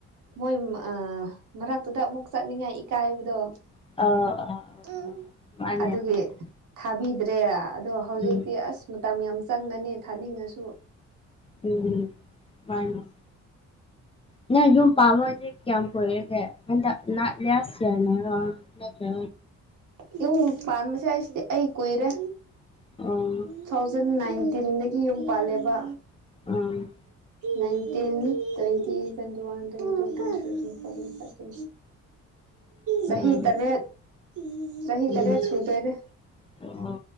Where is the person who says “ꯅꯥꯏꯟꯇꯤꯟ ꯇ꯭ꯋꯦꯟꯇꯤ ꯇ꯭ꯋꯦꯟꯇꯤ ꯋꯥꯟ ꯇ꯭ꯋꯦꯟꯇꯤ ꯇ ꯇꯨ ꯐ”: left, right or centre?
Right